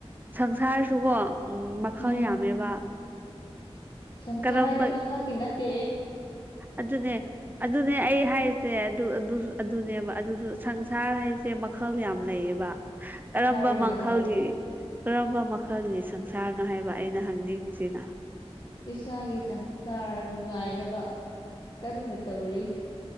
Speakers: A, on the right; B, on the left.
A: ꯁꯪꯁꯥꯔꯁꯨꯀꯣ ꯎꯝ ꯃꯈꯥ
B: ꯎꯝ
A: ꯌꯥꯝꯃꯦꯕ
B: ꯁꯪꯁꯥꯔ
A: ꯀꯔꯝꯕ
B: ꯍꯥꯏꯁꯦ ꯃꯊꯛꯀꯤ ꯅꯠꯇꯦ
A: ꯑꯗꯨꯅꯦ ꯑꯗꯨꯅꯦ ꯑꯩ ꯍꯥꯏꯁꯦ ꯑꯗꯨꯅꯦꯕ ꯑꯗꯨꯁꯨ ꯁꯪꯁꯥꯔ ꯍꯥꯏꯁꯦ ꯃꯈꯜ ꯌꯥꯝ ꯂꯩꯌꯦꯕ ꯀꯔꯝꯕ
B: ꯍꯥꯏꯔꯣꯅꯦ
A: ꯃꯈꯜꯒꯤ
B: ꯍꯥꯏꯔꯣꯅꯦ
A: ꯀꯔꯝꯕ ꯃꯈꯜꯒꯤ ꯁꯪꯁꯥꯔꯅꯣ ꯍꯥꯏꯕ ꯑꯩꯅ ꯍꯪꯅꯤꯡꯉꯤꯁꯤꯅ
B: ꯏꯁꯥꯒꯤ ꯁꯪꯁꯥꯔ ꯅꯨꯡꯉꯥꯏꯅꯕ ꯀꯟꯅ ꯇꯧꯔꯤ